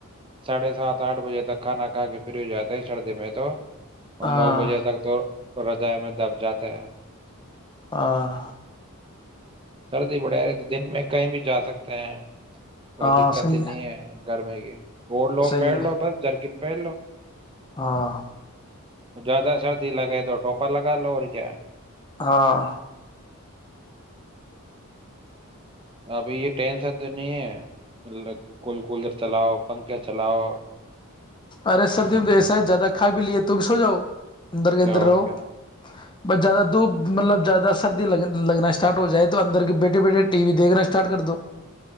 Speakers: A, on the right (about 25°); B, on the left (about 20°).
A: ساڑھے سات آٹھ بجے تک کھانا کھا کے فری ہو جاتے ہیں سردی میں تو اور
B: ہاں
A: نو بجے تک تو کو رضائے میں دب جاتے ہیں
B: ہاں
A: سردی بڑھے رہی تو دن میں کہیں بھی جا سکتے ہیں کوئی
B: ہاں
A: دقت
B: صحیح
A: ہی نہیں ہے گرمی کے وہڑ لو
B: صحیح
A: پیڑ
B: ہے
A: لو بس جرکن پہلو
B: ہاں
A: زیادہ سردی لگے تو ٹوپا لگا لو اور کیا
B: ہاں
A: ابھی یہ ٹینشن تو نہیں ہے کول کولر چلاؤ پنکھے چلاؤ
B: ارے سر دی میں تو ایسا ہے زیادہ کھا بھی لے تم بھی سو جاؤ انندر کےاندر
A: اور
B: روه
A: کیا
B: بس زیادہ دھوپ مطلب زیادہ سردی لگ لگنا اسٹارٹ ہو جائے تو اندر کے بیٹھے بیٹھے ٹی وی دیکھنا اسٹارٹ کر دو